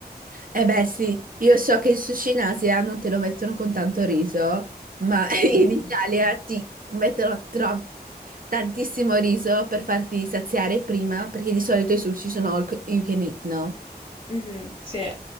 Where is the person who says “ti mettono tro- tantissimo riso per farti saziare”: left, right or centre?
Right